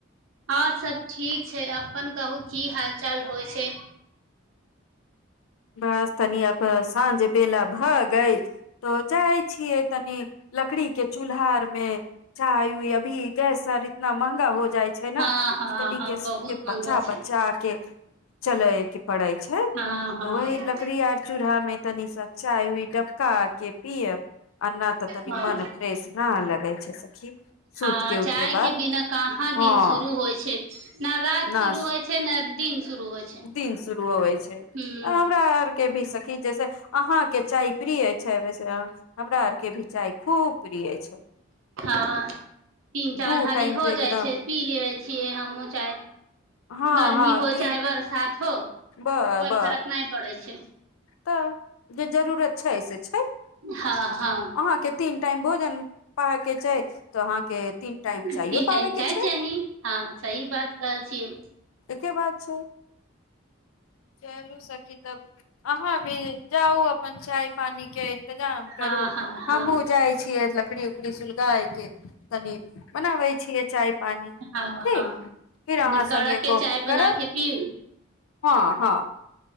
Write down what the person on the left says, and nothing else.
बस तनिए साँझ बेला भऽ ग‌इल तऽ जाइ छियै तनी लकड़ी के चूल्हा आर में चाय उ अभी गैस आर इतना महंगा हो जाइ छै ने
कि
तनी
गैस
के
बचा
बचा के चलै के पड़ै छै
त वही लकड़ी आर चूलहा मे तनी चाय भी डबका के पीअब अ ना त तनी
मन फरेस ना लगता कह छै सखी सुत
के
उठे बाद
हँ
न
दिन शुरू होवे छै
हमरा आर के भी सखी जैसे अहाँ के चाय प्रिय छै वैसे हमरा आर के भी चाय खूब प्रिय छै
दू
टाइम
तऽ एकदम
हँ
हँ
तीन
ब
ब
तऽ जे जरूरत छै से छै
अहाँके तीन टाइम भोजन ्पा हो के छै तऽ अहाँके तीन टाइम
चायो पाबे
के छै
एकके बात छै चलू सखी तब अहाँ भी जाउ अपन चाय पानि के इतजाम करू
हमहुँ जाइ छीियै लकड़ी पड़ीसलगााय के तनि बनाबे छियै चाय पानी
ठीक
फिर अहाँ
संगे
गप
करब
हँ हँ